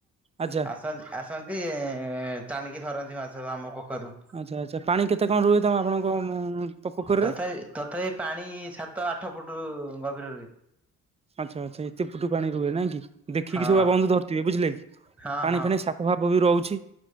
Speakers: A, on the right; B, in the centre.
A: ଆଜ୍ଛା
B: ଆ ଆସନ୍ତି ଟଣିକି ଥରନ୍ତି ମାଛ ଆମ ପୋଖରୁ
A: ଆଚ୍ଛା ଆଚ୍ଛା ପାଣି କେତେ କଣ ରୁହେ ତମ ଆପଣଙ୍କ ପୋଖରୀରେ
B: ତଥାପି ତଥାପି ପାଣି ସାତ ଆଠ ଫୁଟ ଗଭୀର ରୁଏ
A: ଆଚ୍ଛା ଆଚ୍ଛା ଏତେ ପୁଟୁ ପାଣି ରୁହେ ନହିଁ କି ଦେଖିକିବୁ
B: ହଁ
A: ବନ୍ଧ ଧରିଥିବେ ବୁଝିଲେ କି
B: ହଁ
A: ପାଣି
B: ହଁ
A: ଫ ପ୍ରଭାବ ବି ରହୁଛି